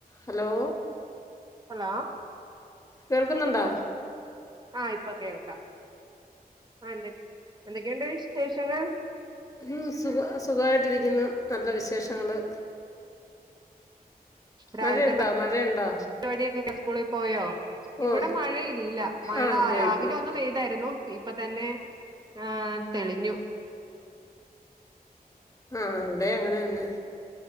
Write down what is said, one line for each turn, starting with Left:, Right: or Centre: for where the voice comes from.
Left: Hello
Right: <unintelligible>
Left: കേൾക്കുന്നുണ്ടോ
Right: ആ ഇപ്പൊ കേൾക്കാം ആ എന്ത എന്തൊക്കെയുണ്ട് വിശേഷങ്ങൾ
Left: ഉം സുഖ സുഖമായിട്ടിരിക്കുന്നു നല്ല വിശേഷങ്ങള്
Right: രാവിലത്തെപ്പ
Left: മഴയുണ്ടോ മഴയുണ്ടോ
Right: <inaudible> രിപാടിയൊക്ക സ്കൂളിൽ പോയോ
Left: ഓ
Right: ഇവിടെ മഴയില്ല മഴ
Left: ആഹ് പോയി
Right: രാവിലെ
Left: പോയി
Right: ഒന്ന് പെയ്തായിരുന്നു പി ഇപ്പൊ തന്നെ ആ തെളിഞ്ഞു
Left: ആഹ് ഇവിടെ അങ്ങനെ തന്നെ.